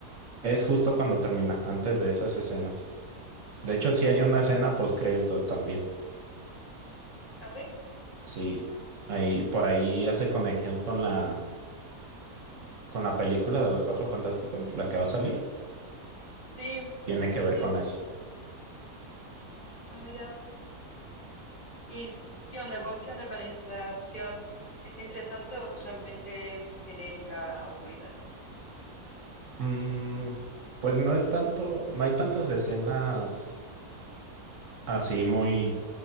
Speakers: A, on the right; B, on the left.
A: Es justo cuando termina, antes de esas escenas. De hecho, sí
B: Ah, mira,
A: hay una escena post créditos también.
B: ¿ah, sí?
A: Sí. Ahí, por ahí hace conexión con la, con la película de los Cuatro Fantásticos, la que va a salir.
B: Sí,
A: Tiene que
B: sí,
A: ver
B: sí,
A: con eso.
B: ah, mira. ¿Y qué onda con, qué onda con la, in- la acción? ¿Está interesante o solamente es genérica, aburrida?
A: Mm, pues no es tanto, no hay tantas escenas así muy,